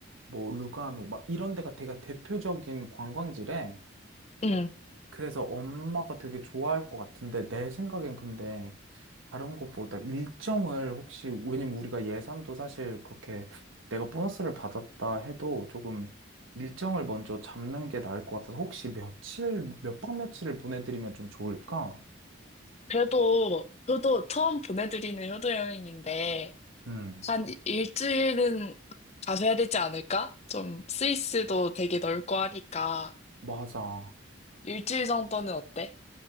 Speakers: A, on the right (about 80°); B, on the left (about 30°).
A: 뭐 루가노 막 이런 데가 되게 대표적인 관광지래.
B: 응.
A: 그래서 엄마가 되게 좋아할 것 같은데 내 생각엔 근데 다른 것보다 일정을 혹시 왜냐면 우리가 예산도 사실 그렇게 내가 보너스를 받았다 해도 조금 일정을 먼저 잡는 게 나을 것 같아서 혹시 며칠 몇 박 며칠을 보내드리면 좀 좋을까?
B: 그래도, 저도 처음 보내드리는 효도 여행인데,
A: 음,
B: 한 일주일은 가셔야 되지 않을까? 좀 스위스도 되게 넓고 하니까
A: 맞아.
B: 일주일 정도는 어때?